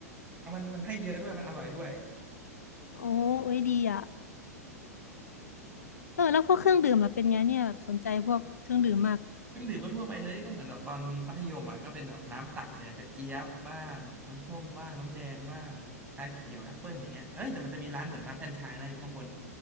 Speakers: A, on the right; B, on the left.
A: มันมันให้เยอะด้วยมันอร่อยด้วย
B: โอ้เอ้ยดีอ่ะเออแล้วพวกเครื่องดื่มล่ะเป็นไงเนี่ยสนใจพวกเครื่องดื่มมาก
A: เครื่องดื่มก็ทั่วไปเลยก็เหมือนแบบตอนมัธยมอ่ะก็เป็นแบบน้ำตักเนี่ยกระเจี๊ยบบ้างน้ำส้มบ้างน้ำแดงบ้างชาเขียวแอปเปิลอย่างเงี้ยเฮ้ยแต่มันจะมีร้านเหมือนร้านแฟรนไชส์นะอยู่ข้างบน